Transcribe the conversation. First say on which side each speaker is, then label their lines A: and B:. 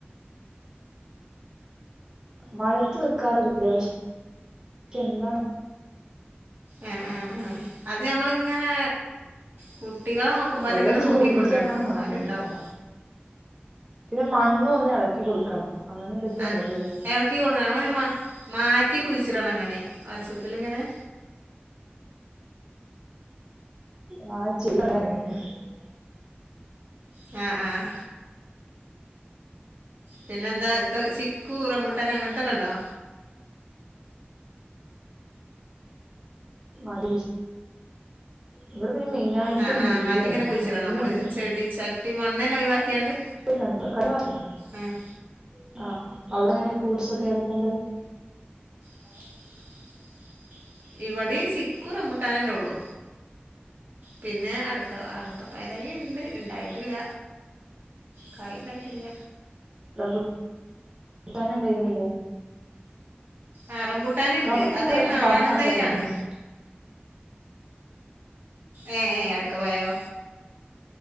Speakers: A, on the right; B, on the right.
A: മഴത്ത് വെക്കാറില്ലില്ല പക്ഷെ പക്ഷെ എന്താണ്
B: ആ ആ ആ അത് നമ്മളിങ്ങനെ കുട്ടികളെ നോക്കുമ്പോല
A: വെള്ളൊഴിച്ച്
B: എങ്ങനെ നോക്കി
A: കൂടിയിട്ടാണോ
B: കൊണ്ട എടുക്കണം എന്നാലും
A: ആവുന്നിട്ടാ
B: ഉണ്ടാവും.
A: പിന്നെ മണ്ണും ഒന്ന് ഇളക്കി കൊടുക്കണം. അങ്ങനെ എന്തൊക്കെ
B: ആ
A: ഉണ്ടല്ലോല്ലേ
B: എളക്കി കൊടുക്കമ്മ മാറ്റി കുഴിച്ചിടണം ങ്ങനെ വർഷത്തിങ്ങനെ
A: ആ ശരിതങ്ങനാണ് <unintelligible>
B: ആ ആ പിന്നെന്താ ഇ ചിക്കു റമ്പുട്ടാന് അങ്ങനത്തൊക്കെ ഉണ്ടോ
A: <unintelligible> ഇവിടെ പിന്നെ മെയിൻ ആയിട്ട്
B: ആഹ്
A: മുല്ലയാണ്
B: ആഹ് മാറ്റി ഇങ്ങനെ കുഴിച്ചിടണം
A: നല്ലണ്ട്
B: നമ്മള് ചെടി ചട്ടി മണ്ണ് തന്നെ ഒഴിവാക്കിയാണ്ട്
A: <unintelligible>
B: ആഹ്
A: ആ അവിടെ എങ്ങനെ ഫ്രൂട്ട്സ് ഒക്കെ ഏതെക്കേ ഉണ്ട്
B: ആ അവിടെ എങ്ങനെ ഫ്രൂട്ട്സ് ഒക്കെ ഏതെക്കേ ഉണ്ട് ഇവിടെ ചിക്കു റംബൂട്ടാനന്നെ ഉള്ളു പിന്നെ അടക്ക അടക്കപ്പായതായി ഉണ്ട് ഉണ്ടായിട്ടില്ല കായ് ഉണ്ടായിട്ടില്ല
A: റമ്പു ട്ടാന് ഉണ്ടായികാണില്ലേ
B: ആ റംപൂട്ടാനുണ്ട്
A: പിന്നെ
B: അത് നാടൻ
A: പറമ്പ് നിറച്ച്
B: തൈ
A: അതന്നെയാണ്
B: ആണ് ഏ ഏ എടുക്ക പോയോ